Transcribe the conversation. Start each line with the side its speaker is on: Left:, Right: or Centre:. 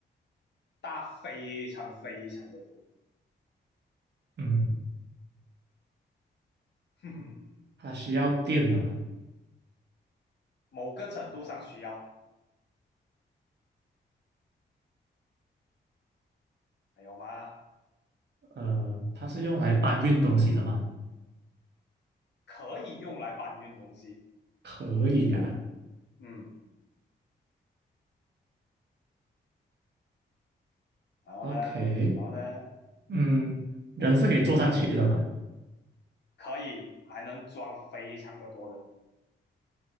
Left: 大非常非常的多，
Right: 嗯，
Left: <laughs> 哼哼，
Right: 它需要电的吗？
Left: 某个程度上需要，还有吗？
Right: 呃，它是用来搬运东西的吗？
Left: 可以用来搬运东西，
Right: 可以呀、
Left: 嗯，然后呢，
Right: OK，
Left: 然后呢，
Right: 嗯，人是可以坐上去的嘛？
Left: 可以还能装非常的多人，